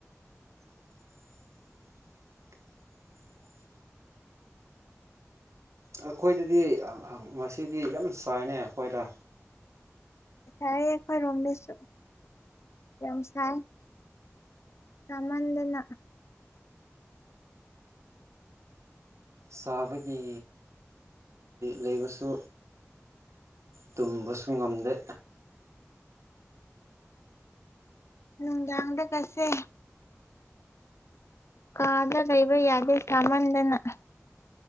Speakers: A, on the right; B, on the left.
A: <inaudible> ꯑꯩꯈꯣꯏꯗꯗꯤ ꯉꯁꯤꯗꯤ ꯌꯥꯝ ꯆꯥꯏꯅꯦ ꯑꯩꯈꯣꯏꯗ
B: ꯁꯥꯏ ꯈꯣꯏ ꯔꯨꯝꯂꯤꯁꯣ ꯀꯦꯝ ꯁꯥꯏ ꯀꯃꯟꯗꯅ
A: ꯁꯥꯕꯒꯤ ꯂꯩꯕꯁꯨ ꯇꯨꯝꯕꯁꯨꯨꯡ ꯉꯝꯗꯦ
B: ꯎꯪꯗꯥꯗ ꯀꯁꯦ ꯀꯥꯗ ꯂꯩ ꯂꯩꯕ ꯌꯥꯗ ꯆꯃꯗꯅ